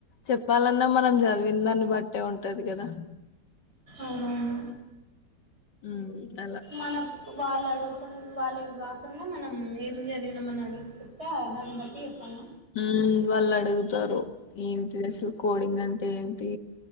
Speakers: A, on the left (about 80°); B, on the right (about 35°).
A: చెప్పాలన్నా మనం చదివిన దాన్ని బట్టే ఉంటది కదా <inaudible>
B: అవున
A: ఊ అలా
B: మనకు వాళ్ళు అడగకుం వాళ్ళు కాకుండా మనం ఏం చదివినాం అని అడిగి తే దాన్ని బట్టి చెప్పాల్న
A: ఉ వాళ్ళు అడుగుతారు ఏంటి అసలు కోడింగ్ అంటే ఏంటి